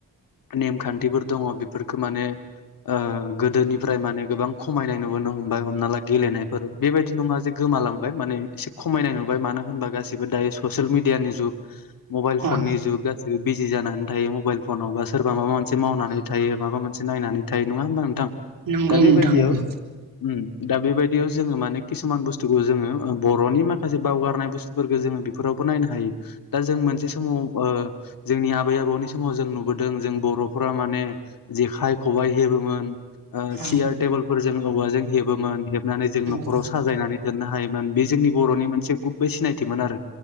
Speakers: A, on the left; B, on the right.
A: नेमखान्थिफोर दङ बेफोरखौ माने ओ गोदोनिफ्राय माने गोबां खमायनाय नुबोनो हमबाय हमना ला गेलेनायफोर बेबायदि दि नङा जे गोमालांबाय माने इसे खमायनाय नुबाय मानो होनबा गासिबो दायो ससेयेल मिडियानि जुग मबाइल फ'न
B: औ
A: नि जुग बे बिजि जानानै थायो मबाइल फनावबा सोरबा माबा मोनसे मावनानै थायो माबा मोनसे नायनानै थायो नङा होमबा नोंथां
B: नंगौ
A: दा बेबायदियाव
B: नोंथां नंगौ
A: उम दा बेबायदियाव जोङो माने किसुमान बुस्थुखौ जोङो ओ बर'नि माखासे बावगारनाय बुस्थुफोरखौ जोङो बेफोरावबो नायनो हायो दा जों मोनसे समाव ओ जोंनि आबै आबौनि समाव जों नुबोदों जों बर'फोरा माने जेखाइ खबाइ हेबोमोन ओ
B: औ
A: सियार टेबोलफोर जों औवाजों हेबोमोन हेबनानै जोङो
B: नंगौ नोंथां
A: गायनानै दोननो हायोमोन बे जोंनि बर'नि मोनसे गुबै सिनायथिमोन आरो